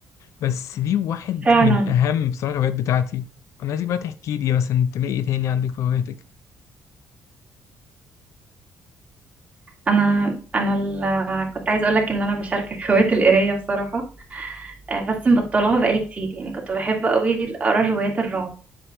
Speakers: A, on the left; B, on the right.
A: بس دي واحد
B: فعلا
A: من اهم بصراحه الهوايات بتاعتي انا عايزك بقى تحكي لي مثلا انت ايه تاني عندك في هواياتك
B: أنا أنا ال- كنت عايزة أقولك إن أنا بشاركك <laughs> هواية القراية بصراحة آه، بس مبطلها بقالي كتير يعني كنت بحب قوي اقرا روايات الرعب